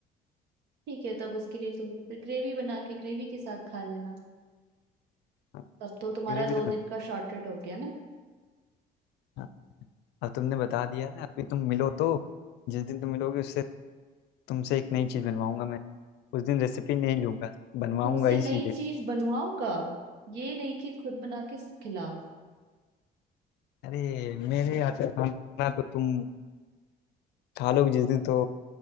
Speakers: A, on the right (about 85°); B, on the left (about 85°).
A: ठीक है तब उसके लिए तुम फिर ग्रेवी बना के ग्रेवी के साथ खा लेना
B: हाँ,
A: तब तो तुम्हारा
B: ग्रेवी
A: दो
B: तो बना
A: दिन का शॉर्टेड हो गया ना
B: हाँ अब तुमने बता दिया ना अभी तुम मिलो तो जिस दिन तुम मिलोगे उससे तुमसे एक नई चीज़ बनवाऊंगा मैं उस दिन रेसिपी नहीं लूंगा बनवाऊंगा
A: तुमसे
B: ही
A: नई
B: सीधे
A: चीज बनवाऊंगा ये नहीं कि खुद बना के खिलाओ
B: अरे मेरे हाथ का खाना तो तुम खा लोगे जिस दिन तो